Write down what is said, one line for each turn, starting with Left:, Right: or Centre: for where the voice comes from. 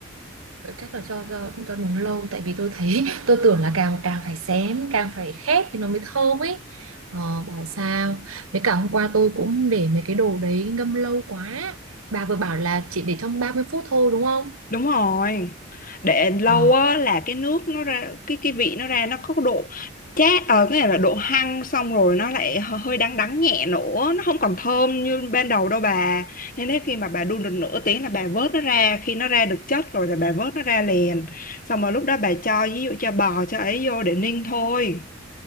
Right: chắc là do do do nướng lâu tại vì tôi thấy tôi tưởng là càng càng phải xém càng phải khét thì nó mới thơm ấy ờ, bảo sao với cả hôm qua tôi cũng để mấy cái đồ đấy ngâm lâu quá bà vừa bảo là chỉ để trong 30 phút thôi đúng không
Left: đúng rồi để lâu
Right: ờ
Left: á là cái nước nó ra cái cái vị nó ra nó có độ chát ở cái này là độ hăng xong rồi nó lại hơ- hơi đắng đắng nhẹ nữa nó không còn thơm như ban đầu đâu bà nên thế khi mà bà đun được nửa tiếng là bà vớt nó ra khi nó ra được chất rồi là bà vớt nó ra liền xong rồi lúc đó bà cho ví dụ cho bò cho ấy vô để ninh thôi